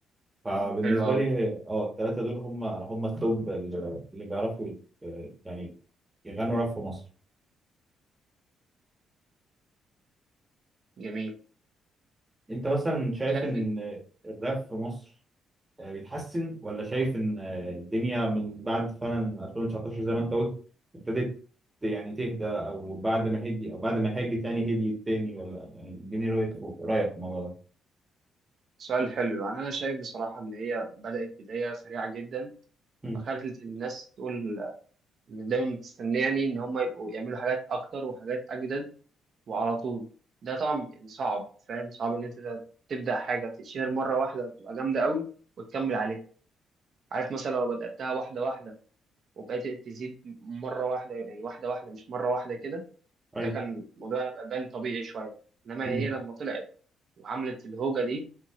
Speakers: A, on the right (about 20°); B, on the right (about 55°).
A: فبالنسبه
B: حلو قوي
A: لي اه الثلاثه دول هم هم التوب اللي اللي بيعرفوا آه، يعني يغنوا راب في مصر
B: جميل
A: انت مثلا شايف
B: شايف
A: ان
B: إنت؟
A: الراب في مصر آه، بيتحسن ولا شايف ان آه، الدنيا من بعد فعلا 2019 زي ما انت قلت ابتدت يعني تهدى او بعد ما هدي او بعد ما هاجت يعني هديت تاني ولا يعني اديني رؤية رأيك في الموضوع ده
B: سؤال حلو يعني انا شايف بصراحه ان هي بدات بدايه سريعه جدا
A: مم.
B: فخلت الناس تقول ان دايما بتستناني ان هم يبقوا يعملوا حاجات اكتر وحاجات اجدد وعلى طول ده طبعا يعني صعب فاهم صعب ان انت تبدا حاجه تتشهر مره واحده وتبقى جامده قوي وتكمل عليها عارف مثلا لو بداتها واحده واحده وبقيت تزيد مره واحده يعني واحده واحده مش مره واحده كده ده
A: ايوه
B: كان الموضوع يبقى بان طبيعي شويه انما
A: مم.
B: هي لما طلعت وعملت الهوجه دي